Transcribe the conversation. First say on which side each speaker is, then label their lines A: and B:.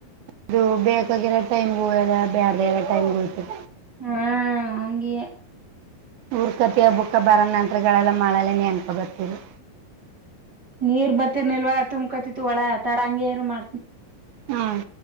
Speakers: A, on the right (about 80°); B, on the right (about 35°).
A: ಇದು ಬೇಕಾಗಿರೋ ಟೈಮ್ಗುಲ್ಲ ಬೇಡದಾ ಎರೋ ಟೈಮ್ಗ ಹೋಗ್ತ
B: ಹಾ ಹಂಗ್ಯೆ
A: ಊರ್ ಕತಿಯ ಬುಕ್ಕ ಬರ ನಂಗಳೆಲ್ಲ ಮಾಡ <unintelligible> ಬರ್ತಿರಿ
B: ನೀರ್ ಬತ್ತೀರ್ನಿಲ್ವಾ ತುಂಬಕತಿತ್ತು ಒಳ ತಡ ಹಂಗೆ ಇರು ಮಾಡ್ತನಿ. <inaudible>
A: ಹ್ಞೂ